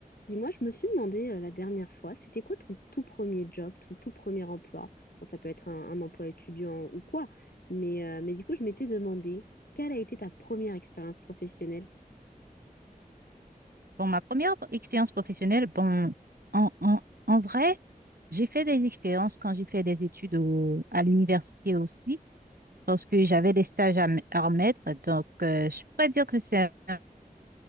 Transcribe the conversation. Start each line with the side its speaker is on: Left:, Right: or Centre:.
Left: Dis-moi, je me suis demandé euh, la dernière fois, c'était quoi ton tout premier job, ton tout premier emploi? Bon, ça peut être un, un emploi étudiant ou quoi, mais, euh, mais du coup, je m'étais demandé, quelle a été ta première expérience professionnelle?
Right: Bon, ma première expérience professionnelle, bon, en, en, en vrai, j'ai fait des expériences quand j'ai fait des études au- à l'université aussi, parce que j'avais des stages à, m- à remettre. Donc, euh, je pourrais dire que c'est un,